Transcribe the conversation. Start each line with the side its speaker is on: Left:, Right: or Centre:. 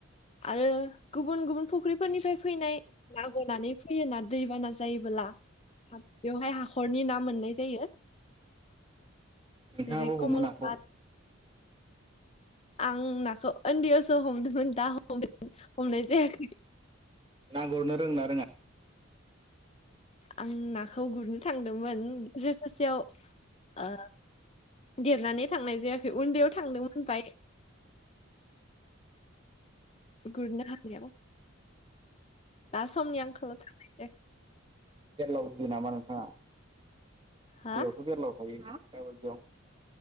Left: आरो गुबुन गुबुन फुख्रिफोरनिफ्राय फैनाय ना गनानै फैयो ना दैबाना जायोबोला बेवहाय हाखरनि ना मोननाय जायो
Right: नोंथाङाबो
Left: जेरै कमलकात
Right: हमो नाखौ
Left: आं नाखौ उन्दैयावसो हम दा हम हमनाय जायाखै
Right: ना गुरनो रोङोना रोङा
Left: आं ना खौ गुरनो थांदोंमोन गेजेर ससेयाव ओ देरनानै थांनाय जायाखै उन्दैयाव थांदोंमोन ओमफाय गुरनो हानायाव दा समनि आंखालाव थांनाय जायाखै
Right: बेरलाव गियो नामा नोंथाङा?
Left: हा
Right: दैयावथ' बेरलाव थायो दाबायदियाव